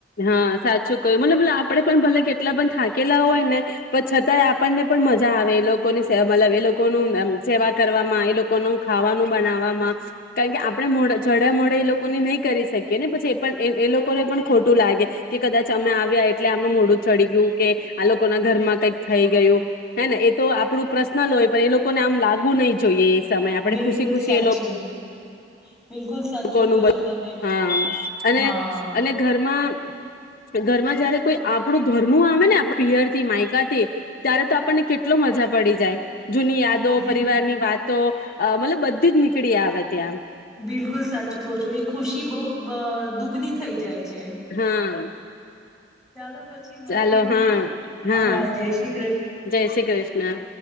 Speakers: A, on the left; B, in the centre.
A: હા, સાચું કહ્યું. મતલબ આપણે પણ ભલે કેટલા પણ થાકેલા હોય ને પણ છતાંય આપણને પણ મજા આવે એ લોકોની સે મતલબ એ લોકોનું આમ સેવા કરવામાં, એ લોકોનું ખાવાનું બનાવવામાં, કારણ કે આપણે મોડ જડે મોડે એ લોકોની નહી કરી શકીએ ને, પછી એ પણ એ એ લોકોને પણ ખોટું લાગે, કે કદાચ અમે આવ્યા એટલે આમનું મોડું ચડી ગયું, કે આ લોકો ના ઘરમાં કઈક થઈ ગયું? હે ને? એ તો આપડું પ્રર્સનલ હોય, પણ એ લોકોને આમ લાગવું નહી જોઈએ એ સમયે આપણે
B: બિલકુલ
A: ખુશી
B: સાચું.
A: ખુશી એ
B: બિલકુલ સાચું
A: લોકોનું
B: કહો છો તમે
A: હા અને
B: હા
A: અને ઘરમાં ઘરમાં જયારે કોઈ આપણું ઘરનું આવે ને પ્રિયર થી, માયકાથી, ત્યારે તો આપણને કેટલો મજા પડી જાય. જૂની યાદો,
B: બિલકુલ
A: પરિવારની વાતો અ. મતલબ બધી જ નીકળી આવે ત્યાં એમ.
B: બિલકુલ સાચું કહો છો, એ ખુશી બઉ અહ દુગ્ની થઈ જાય છે.
A: હા,
B: ચાલો પછી મળીએ
A: ચાલો
B: હેના
A: હા, હા
B: જય શ્રી કૃષ્ણ
A: જય શ્રી કૃષ્ણ.